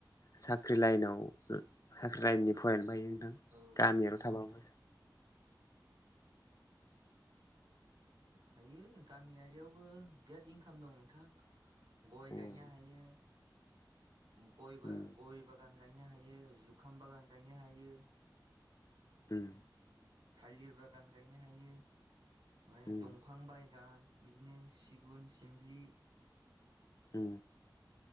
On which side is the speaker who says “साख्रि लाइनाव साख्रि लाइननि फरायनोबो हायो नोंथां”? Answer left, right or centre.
Left